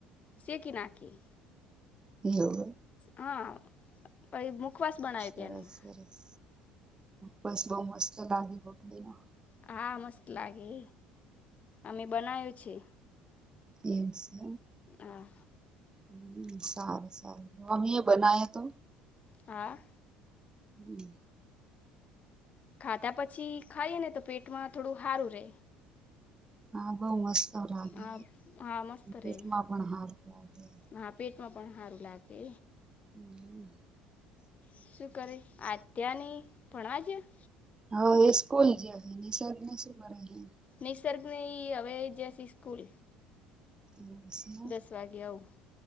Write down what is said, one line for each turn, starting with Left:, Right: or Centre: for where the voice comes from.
Left: સેકી નાખી
Right: એવું એ
Left: હા પહી મુખવાસ બનાવ્યો
Right: સરસ
Left: ત્યાંનો
Right: સરસ બસ બો મસ્ત લાગે ભોટલી ના
Left: હા મસ્ત લાગે અમે બનાવ્યો છે
Right: એમ છે
Left: હા
Right: હમ સારુ સારુ <unintelligible> તો
Left: હા
Right: હમ
Left: ખાધા પછી ખાઈએ ને તો પેટમાં થોડું હારું રે
Right: હા બોઉ મસ્ત લાગે
Left: હા હા મસ્ત
Right: પેટમાં
Left: રહે
Right: પણ હારું લાગે
Left: હા પેટમાં પણ હારું લાગે
Right: હમ
Left: શું કરે અત્યાની ભણવા ગીયો
Right: હા એ સ્કૂલ <unintelligible>
Left: નિસર્ગ ઈ અવે જ જસે સ્કૂલ
Right: એવું સે એમ
Left: દસ વાગ્યે આવું